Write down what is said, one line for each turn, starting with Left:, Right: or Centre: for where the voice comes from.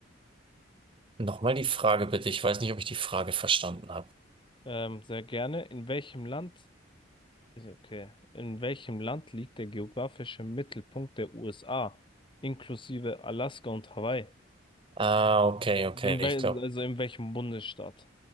Right: Nochmal die Frage bitte. Ich weiß nicht, ob ich die Frage verstanden habe.
Left: Ähm, sehr gerne. In welchem Land Okay. In welchem Land liegt der geografische Mittelpunkt der USA, inklusive Alaska und Hawaii?
Right: Ah, okay, okay.
Left: Also in, wel
Right: Ich glaube.
Left: also in welchem Bundesstaat?